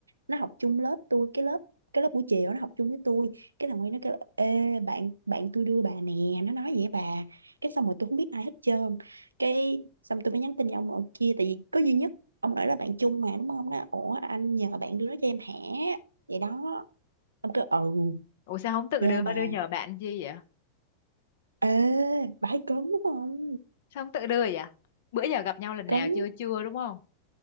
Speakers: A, on the right; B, on the left.
A: nó học chung lớp tôi cái lớp cái lớp buổi chiều nó học chung với tôi cái thằng Huy nó kêu là, ê bạn bạn tôi đưa bà nè nó nói vậy bà cái xong rồi tôi không biết ai hết trơn cái xong tôi mới nhắn tin cho ông ở kia tại vì có duy nhất ông ở là bạn chung mà đúng không nó ủa anh nhờ bạn đưa nó cho em hả vậy đó ông kêu ừ
B: Ủa sao không tự
A: đưa
B: đưa,
A: bà
B: đưa nhờ bạn chi vậy?
A: ê bà ấy cấn đúng không
B: Sao không tự đưa vậy? Bữa giờ gặp nhau lần
A: cấn
B: nào chưa? Chưa đúng không?